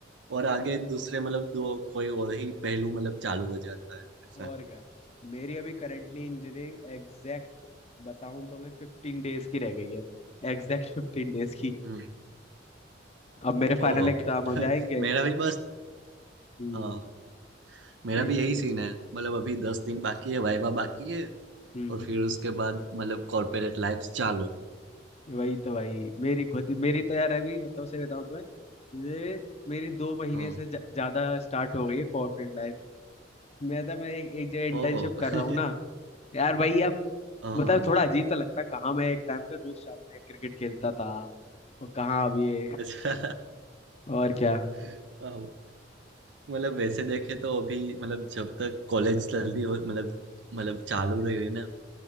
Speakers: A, on the right; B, on the left.
A: और आगे
B: हम्म।
A: दूसरे मतलब दो कोई और ही पहलू मतलब चालू हो जाता है ऐसा
B: और क्या मेरी अभी करेंटली इंजीनियरिंग एग्जैक्ट बताऊं तो मैं फिफ्टीन डेज की रह गई है एग्जैक्ट फिफ्टीन डेज की
A: हम्म
B: अब मेरे फाइनल
A: ओहो
B: एग्जाम
A: <laughs>
B: हो जाएंगे
A: मेरा भी बस
B: हम्म
A: हाँ मेरा
B: यही
A: भी
B: चीज
A: यही सीन
B: है
A: है मतलब अभी दस दिन बाकी है वाइवा बाकी है
B: हम्म
A: और फिर उसके बाद मतलब कॉर्पोरेट लाइफ चालू
B: वही तो भाई मेरी खुद मेरी तो यार अभी मतलब सही बताऊं तुम्हें ये मेरी दो महीने
A: हाँ
B: से ज- ज्यादा स्टार्ट हो गई है कॉर्पोरेट लाइफ मैं तो मैं एक, एक जगह इंटर्नशिप
A: ओहो <laughs>
B: कर रहा हूँ ना यार भाई अब
A: हाँ
B: मतलब थोड़ा अजीब तो लगता है कहाँ मैं एक टाइम पे रोज शाम में क्रिकेट खेलता था और कहाँ अब ये
A: अच्छा
B: और क्या
A: <laughs> आओ। मतलब वैसे देखे तो अभी मतलब जब तक कॉलेज चलती हो मतलब मतलब चालू रही है ना